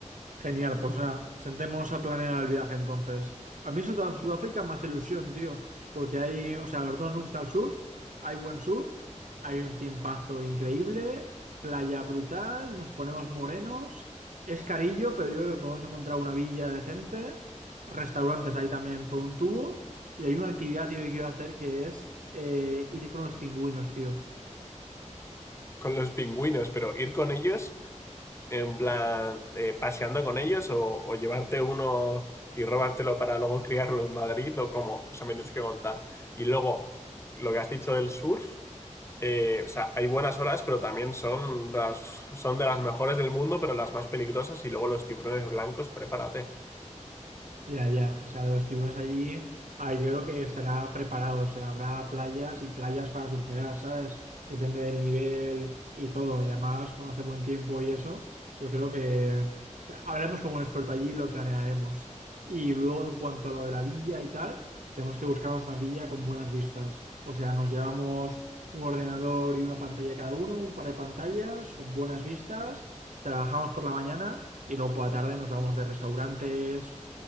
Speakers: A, on the right; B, on the left.
A: Genial, pues nada, sentémonos a planear el viaje entonces. A mí Sudá- Sudáfrica me hace ilusión, tío, porque hay, o sea, a los dos nos gusta el surf, hay buen surf, hay un tiempazo increíble, playa brutal, nos ponemos morenos, es carillo, pero yo creo que podemos encontrar una villa decente, restaurantes hay también por un tubo, y hay una actividad, tío, que quiero hacer que es eh, ir con los pingüinos, tío.
B: Con los pingüinos, pero ir con ellos en plan eh, paseando con ellos o, o, llevarte uno y robártelo para luego criarlo en Madrid o cómo? O sea, me tienes que contar. Y luego, lo que has dicho del surf, eh, o sea, hay buenas olas, pero también son, las, son de las mejores del mundo, pero las más peligrosas. Y luego los tiburones blancos, prepárate.
A: Ya, ya, o sea, los tiburones allí, a ver, yo creo que estará preparado, o sea, habrá playas y playas para surfear, ¿sabes? Depende del nivel y todo, y además, como hace buen tiempo y eso, yo creo que o sea, hablaremos con un experto allí y lo planearemos. Y luego, en cuanto a lo de la villa y tal, tenemos que buscarnos una villa con buenas vistas, o sea, nos llevamos un ordenador y una pantalla cada uno, un par de pantallas con buenas vistas, trabajamos por la mañana y luego por la tarde nos vamos de restaurantes